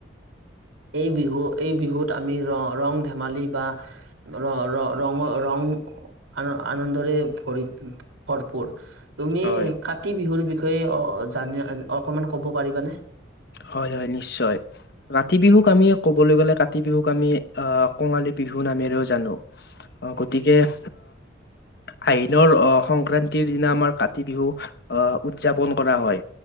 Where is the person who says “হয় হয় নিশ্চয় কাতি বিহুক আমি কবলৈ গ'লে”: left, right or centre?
Left